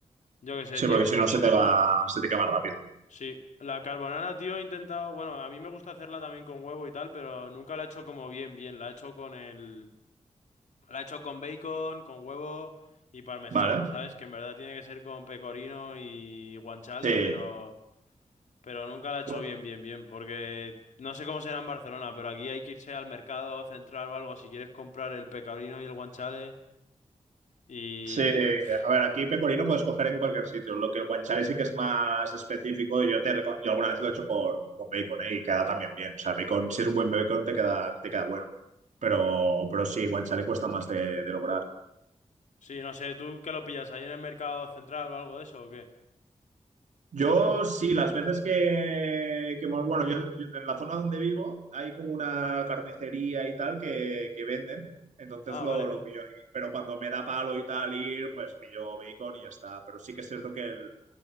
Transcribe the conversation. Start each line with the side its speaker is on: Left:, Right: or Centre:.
Left: yo qué sé,
Right: Sí,
Left: tío.
Right: porque si no se te va, se te quema rápido.
Left: Sí, la carbonara, tío, he intentado, bueno, a mí me gusta hacerla también con huevo y tal, pero nunca la he hecho como bien, bien. La he hecho con el, la he hecho con bacon, con huevo y parmesano,
Right: Vale.
Left: ¿sabes? Que en verdad tiene que ser con pecorino y guanciale,
Right: Sí.
Left: pero Pero nunca la he hecho
Right: Bu-
Left: bien, bien, bien, porque no sé cómo será en Barcelona, pero aquí hay que irse al mercado central o algo si quieres comprar el pecorino y el guanchale. Y
Right: Sí,
Left: pf,
Right: a ver, aquí pecorino puedes coger en cualquier sitio. Lo que el guanciale sí que es más específico, yo te reco- yo alguna vez lo he hecho con, con bacon, ¿eh? Y queda también bien. O sea, el bacon, si es un buen bacon, te queda, te queda bueno. Pero, pero sí, guanciale cuesta más de, de lograr.
Left: sí, no sé, ¿tú qué lo pillas ahí en el mercado central o algo de eso o qué?
Right: Yo sí, las veces que, que hemos- bueno, yo, yo- en la zona donde vivo hay como una carnicería y tal que, que venden, entonces
Left: Ah,
Right: lo,
Left: vale,
Right: lo pillo ahí. Pero cuando me da palo y tal ir, pues pillo bacon y ya está. Pero sí que es cierto que el,